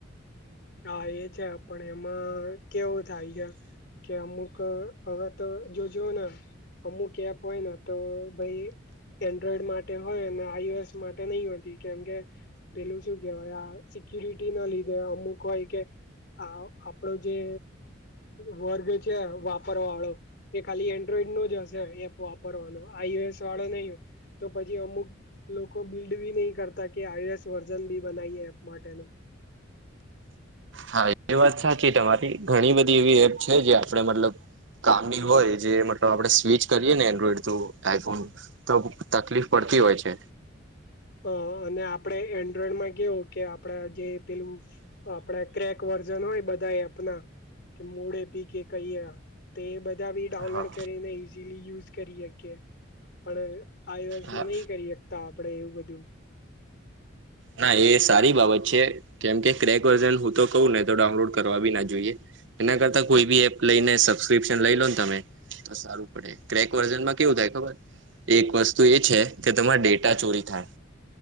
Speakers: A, on the left; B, on the right.
A: હા એ છે પણ એમાં કેવું થાય છે. કે અમુક હવે તો જોજઓ ને અમુક એપ હોયને તો ભાઈ એન્ડ્રોઈડ માટે હોય ને આઈુએસ માટે નહી હોતી કેમ કે પેલું શું કેવાય, આ સિક્યુરિટી ના લીધે અમુક કહેવાય કે આ આપડો જે વર્ગ છે, વાપરવા વાળો એ ખાલી એન્ડ્રોઈડ નો જ હશે, એપ વાપરવાનો આઈએસ વાળો નહીં હોય. તો પછી અમુક લોકો બિલ્ડ બી નહી કરતા કે આઈએસ વર્ઝન બી બનાવીએ એપ માટેનું.
B: હા એ વાત સાચી તમારી. ઘણી બધી એવી એપ છે જે આપે મતલબ કામી હોય જે તો આપડે સ્વિચ કરીએ ને, એન્ડ્રોઈડ થ્રુ આઈફોન, તો તકલીફ પડતી હોય છે.
A: હ, અને આપડણે એન્ડ્રોઈડમાં કેવો કે આપડા જે પેલું, આપડા ક્રેક વર્ઝન હોય બધા એના કે મોડે પી કે કહીએ તો, એ બધા બી ડાઉનલોડ
B: હા
A: કરીને. જે યુઝ કરી શકીએ, પણ આશામાં
B: હા
A: નહીં કરી શકતા આપડે, એવું બધું. જો
B: ના, એ સારી બાબત છે, કેમ કે ક્રેક વર્ઝન હું, તો કહું ને તો ડાઉનલોડ કરવા બી ના જોઈએ. એના કરતા, કોઈ બી એપ લઈને સબસ્ક્રિપ્શન લઈ લો ને તમે. તો સારું પડે, ક્રેક વર્ઝનમાં કેવું થાય ખબર? એક વસ્તુ એ છે કે, તમારેે ડેટા ત્યાં ચોરી થાય